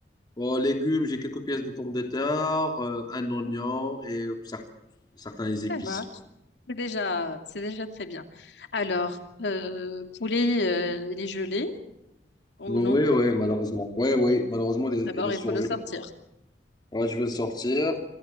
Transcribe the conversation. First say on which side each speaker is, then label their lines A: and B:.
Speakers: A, on the left (about 25°); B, on the left (about 85°).
A: bon, légumes, j'ai quelques pièces de pommes de terre, euh, un oignon
B: Mmh,
A: et certains, certains épices.
B: ça marche. C'est déjà c'est déjà très bien. Alors, heu, poulet, heu, il est gelé ou
A: Bah
B: non?
A: Ouais, ouais, malheureusement. Ouais, ouais, malheureusement, elle est,
B: D'abord,
A: elle est
B: il
A: surgelée.
B: faut le sortir.
A: Ouais, je vais le sortir,